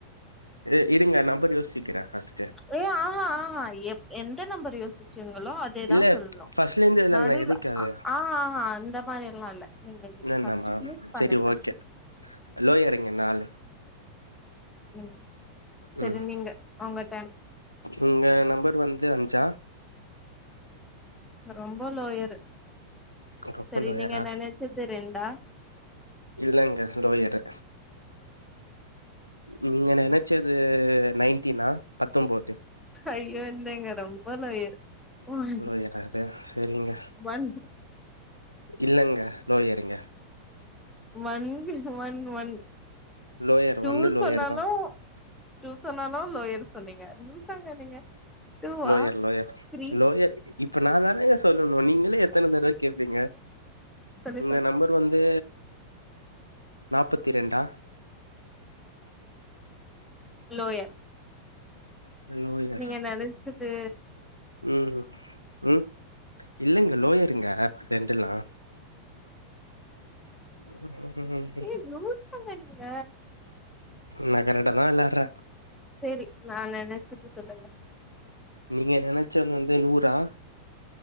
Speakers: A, on the left (about 85°); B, in the centre.
A: ஏய் இருங்க நம்பர் யோசிக்கிற ஃபர்ஸ்ட்டு
B: ஏ ஆஹா ஆஹா எ எந்த நம்பர் யோசிச்சுங்களோ அதேதா
A: இல்ல
B: சொல்ணு
A: ஃபஸ்ட்லேந்து விளாட்லா
B: நடுல
A: எதுக்கு அது
B: ஆ ஆஹா அந்த மாரி எல்லா இல்ல நீங்க இது
A: இன்னு எண்ணமா
B: ஃபர்ஸ்ட் ஃபினிஷ் பண்ணுங்க
A: செரி ஓகே லோயர்ங்க நாலு
B: ம் சரி
A: ம்
B: நீங்க உங்க டைம்
A: உங்க நம்பர் வந்து அஞ்சா
B: ரொம்ப லோயரு
A: ரொம்ப
B: சரி
A: லோயரா
B: நீங்க நனச்சது ரெண்டா
A: இல்லங்க லோயரு நீங்க நனச்சது நைன்டீனா பத்தொன்பது
B: ஐயோ இல்லைங்க ரொம்ப லோயர் ஒன்
A: லோயரா அது செரிங்க
B: ஒன்
A: இல்லைங்க லோயர்ங்க
B: one one one
A: lower
B: two
A: ஒன்னு லோயர்
B: சொன்னாலு
A: தா
B: டூ சொன்னாலு லோயர் சொன்னீங்க லூசாக நீங்க டூவா
A: லோயர் லோயர்
B: த்ரீ
A: லோயர் இப்ப நான் தானேங்க சொல்லணு நீங்களே எத்தன தடவ கேப்பீங்க
B: சொல்லு
A: உங்க நம்பர் வந்து நாபத்தி ரெண்டா
B: லோயர்
A: லோயர்
B: நீங்க நனைச்சது
A: ம் ம் இல்லங்க லோயர்ங்க ரெண்டுல்லா ம்
B: ஏ லூசாங்க நீங்க
A: நா கரெக்ட்டா தா வெளாட்ற
B: சேரி நான் நெனைச்சது சொல்லுங்க
A: நீங்க நெனைச்சது வந்து நூரா